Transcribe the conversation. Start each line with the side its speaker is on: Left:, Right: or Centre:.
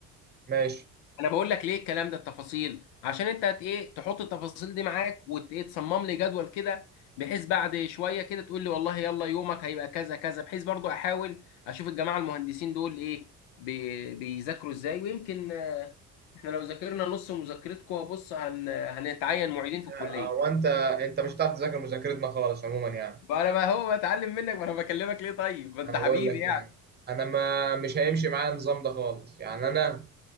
Right: ماشي
Left: انا بقول لك ليه الكلام ده التفاصيل عشان انت هت ايه تحط التفاصيل دي معاك وتصمم لي جدول كده بحيث بعد شويه كده تقول لي والله يلا يومك هيبقى كذا كذا بحيث برضو احاول اشوف الجماعه المهندسين دول ايه بي بيذاكروا ازاي ويمكن آه، احنا لو ذاكرنا نص مذاكرتكم بص هن هنتعين معيدين في الكليه
Right: آه، وانت انت مش هتعرف تذاكر مذاكرتنا خالص عموما يعني
Left: بقى انا بقى هو بتعلم منك ما انا بكلمك ليه طيب ما انت
Right: انا
Left: حبيبي
Right: بقول لك
Left: يعني
Right: يعني انا ما مش هيمشي معايا النظام ده خالص يعني انا